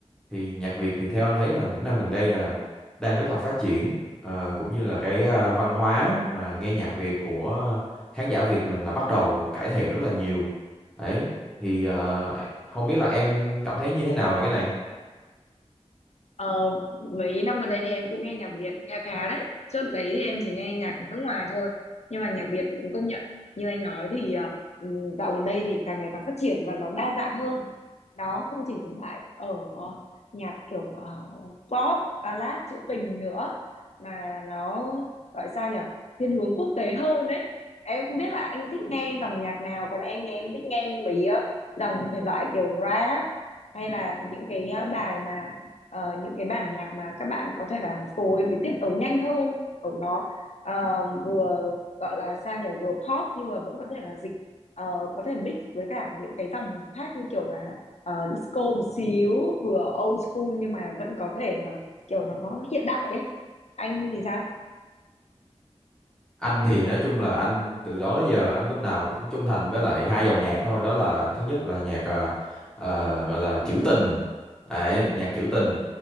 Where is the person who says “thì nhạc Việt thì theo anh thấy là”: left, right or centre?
Centre